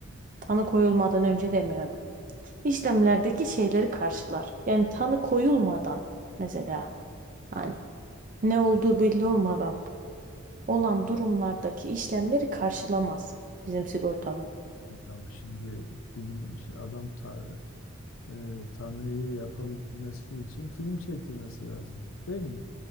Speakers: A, on the right (about 40°); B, on the left (about 75°).
A: tanı koyulmadan önce demiyorum. İşlemlerdeki şeyleri karşılar. Yani tanı koyulmadan mesela hani ne olduğu belli olmadan olan durumlardaki işlemleri karşılamaz bizim sigortamız.
B: Abi şimdi film şey, adam ta, e, Tanrı'yı yapabilmesi için film çektirmesi lazım değil mi?